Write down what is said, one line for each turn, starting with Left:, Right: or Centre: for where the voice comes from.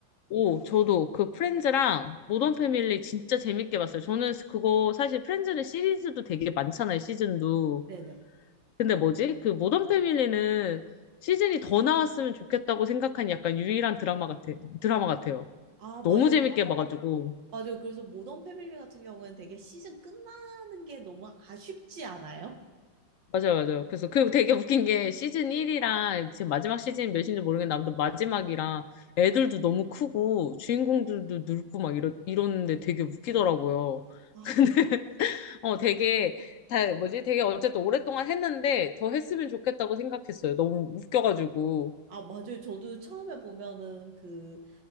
Left: 오, 저도 그 프렌즈랑 모던
Right: 네.
Left: 패밀리 진짜 재밌게 봤어요. 저는 그거 사실 프렌즈는 시리즈도 되게 많잖아요, 시즌도.
Right: 네네.
Left: 근데 뭐지? 그 모던 패밀리는 시즌이 더 나왔으면 좋겠다고 생각한 약간 유일한 드라마 같아, 드라마 같아요.
Right: 아,
Left: 너무
Right: 맞아요.
Left: 재밌게 봐가지고.
Right: 맞아요. 그래서 모던 패밀리 같은 경우에는 되게 시즌 끝나는 게 너무 아쉽지 않아요?
Left: 맞아요, 맞아요. 그래서 그 되게 웃긴 게 시즌 1이랑 지금 마지막 시즌 몇인지 모르겠는데 아무튼 마지막이랑 애들도 너무 크고 주인공들도 늙고 막 이러, 이러는데 되게 웃기더라고요.
Right: 아,
Left: <laughs> 어, 되게, 다, 뭐지? 되게 어쨌든 오랫동안 했는데 더 했으면 좋겠다고 생각했어요. 너무 웃겨가지고.
Right: 아, 맞아요. 저도 처음에 보면은 그,